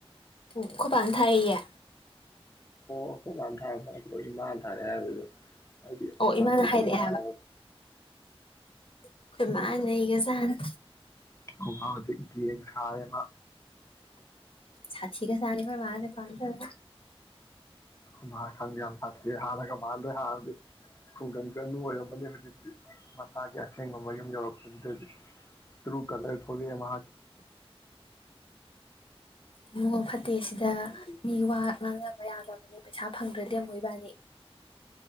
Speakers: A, on the left; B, on the left.
A: ꯎ ꯈꯣꯏ ꯄꯥꯅ ꯊꯥꯏꯌꯦꯌꯦ
B: <unintelligible> ꯍꯥꯏꯗꯤꯥ
A: ꯑꯣ
B: ꯈꯣꯏ ꯃꯥ
A: ꯏꯃꯥꯅ
B: ꯒꯤꯄꯦ
A: ꯍꯥꯏꯔꯛꯑꯦ
B: ꯑꯝꯇ ꯍꯥꯏꯔꯛꯑꯣ
A: ꯑꯩꯈꯣꯏꯃꯥ ꯅꯩꯒ꯭ꯔꯖꯅꯤ
B: ꯈꯣꯅꯥꯎ ꯍꯧꯖꯤꯛ ꯒꯦꯡ ꯁꯥꯔꯦ ꯃꯥ
A: ꯁꯥꯊꯤꯒ꯭ꯔꯖꯥꯠꯅꯤ ꯈꯣꯏ ꯃꯥꯁꯦ ꯀꯃꯥꯏꯇꯧꯕ
B: ꯑꯣꯏ ꯃꯥ ꯈꯪꯗꯦ ꯌꯥꯝ ꯁꯥꯊꯤꯑꯦ ꯍꯥꯟꯅꯒ ꯃꯅꯗ꯭ꯔꯦ ꯍꯥꯟꯅꯗꯤ ꯈꯨꯡꯒꯪ ꯆꯅꯨ ꯑꯣꯏꯔꯝꯕꯅꯤ ꯍꯧꯖꯤꯛꯇꯤ ꯃꯁꯥꯒꯤ ꯑꯁꯦꯡꯕ ꯃꯌꯨꯝ ꯌꯧꯔꯛꯄꯁꯤꯗꯗꯤ ꯇ꯭ꯔꯨ ꯀꯂꯔ ꯊꯣꯛꯂꯛꯑꯦ ꯃꯨꯛ ꯍꯥꯏ
A: ꯏꯕꯨꯉꯣ ꯐꯠꯇꯦꯁꯤꯗ ꯃꯤꯋꯥ ꯉꯥꯡꯅꯕ ꯌꯥꯗꯕꯅꯦ ꯄꯩꯁꯥ ꯐꯪꯗ꯭ꯔꯗꯤ ꯑꯃꯨꯛ ꯏꯕꯅꯤ